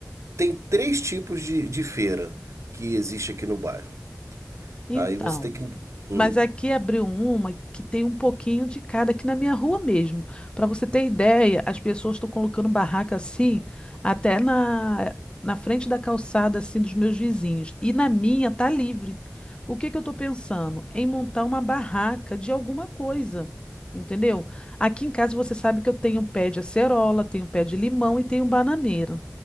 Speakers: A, on the right; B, on the left.
A: Tem três tipos de, de feira que existe aqui no bairro.
B: então.
A: Aí você tem que. Hum.
B: Mas aqui abriu uma que tem um pouquinho de cada aqui na minha rua mesmo. Para você ter ideia, as pessoas estão colocando barraca assim, até na, na frente da calçada assim dos meus vizinhos. E na minha tá livre. O que que eu estou pensando? Em montar uma barraca de alguma coisa, entendeu? Aqui em casa você sabe que eu tenho um pé de acerola, tenho um pé de limão e tenho um bananeira.